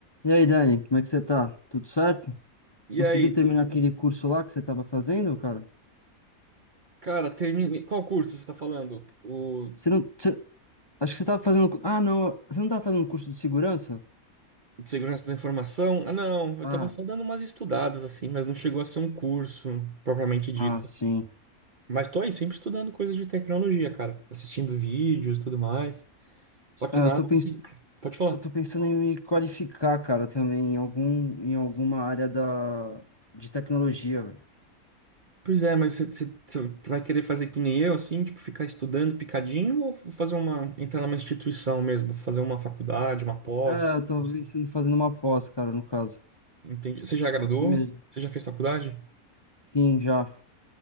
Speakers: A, on the left; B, on the right.
A: E aí, Dani, como é que você tá? Tudo certo?
B: E
A: Conseguiu
B: aí,
A: terminar
B: t-
A: aquele curso lá que você tava fazendo, cara?
B: cara, terminei. Qual curso você tá falando? O
A: Você não. você- acho que você tava fazendo. Ah, não. Você não tava fazendo curso de segurança?
B: de segurança da informação? Ah, não, eu
A: Ah,
B: tava só dando umas estudadas assim, mas não chegou a ser um curso propriamente dito.
A: ah, sim.
B: Mas tô aí sempre estudando coisas de tecnologia, cara, assistindo vídeos e tudo mais. Só que
A: Ah,
B: nada
A: eu tô pens...
B: assim. Pode falar.
A: eu tô pensando em me qualificar, cara, também em algum... em alguma área da... de tecnologia, velho.
B: Pois é, mas você você- você vai querer fazer que nem eu, assim, tipo, ficar estudando picadinho ou fazer uma, entrar numa instituição mesmo, fazer uma faculdade, uma pós?
A: Ah, eu tô
B: Não sei.
A: pensando em fazer uma pós, cara, no caso.
B: Entendi. Você já graduou?
A: Aqui mesmo.
B: Você já fez faculdade?
A: Sim, já.